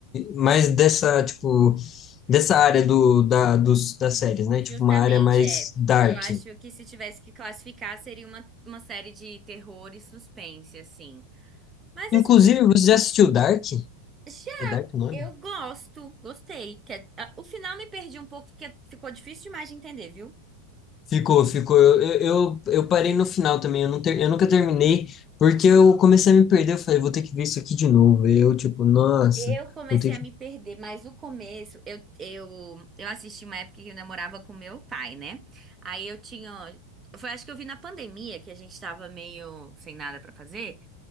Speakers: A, on the left; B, on the right.
A: mais dessa, tipo, dessa área do, da, dos, das séries, né?
B: Justamente,
A: Tipo, uma área mais
B: é.
A: dark.
B: Eu acho que se tivesse que classificar, seria uma, uma série de terror e suspense, assim. Mas
A: Inclusive, você já assistiu Dark?
B: assim,
A: É Dark o nome?
B: Eu gosto, gostei. Que é- ah, o final me perdi um pouco, porque ficou difícil demais de entender, viu?
A: Ficou, ficou. Eu, eu, eu eu parei no final também. Eu, não ter, eu nunca terminei, porque eu comecei a me perder. Eu falei, vou ter que ver isso aqui de novo. Eu, tipo, nossa,
B: Eu comecei
A: vou ter
B: a me
A: que.
B: perder, mas o começo, eu, eu, eu assisti uma época que eu namorava com meu pai, né? Aí eu tinha. Foi, acho que eu vi na pandemia, que a gente tava meio sem nada pra fazer.